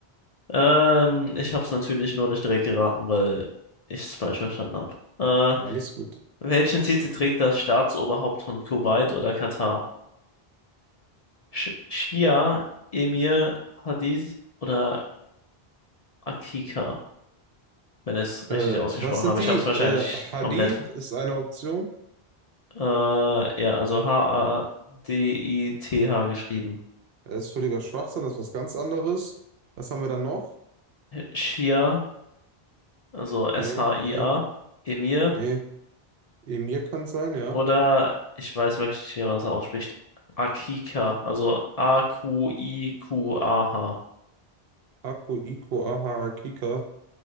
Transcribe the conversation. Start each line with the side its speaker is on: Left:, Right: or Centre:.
Left: Ähm, ich habe es natürlich nur nicht direkt geraten, weil ich es falsch verstanden habe. Äh,
Right: Ja, Alles gut.
Left: welchen Titel trägt das Staatsoberhaupt von Kuwait oder Katar? Sch Schia, Emir, Hadith oder Akika, wenn ich es
Right: Äh,
Left: richtig ausgesprochen
Right: was sind
Left: habe. Ich
Right: die?
Left: habe es wahrscheinlich
Right: Äh, Hadith
Left: komplett. ver-
Right: ist eine Option.
Left: Äh, ja, also H-A-D-I-T-H geschrieben.
Right: Das ist völliger Schwachsinn, das ist was ganz anderes. Was haben wir dann noch?
Left: Schia, also
Right: Okay,
Left: S-H-I-A,
Right: nee,
Left: Emir.
Right: nee. Emir kann sein, ja.
Left: Oder ich weiß wirklich nicht, wie man das ausspricht. Akika, also A-Q-I-Q-A-H.
Right: Haku, Iko, Aha, Akika.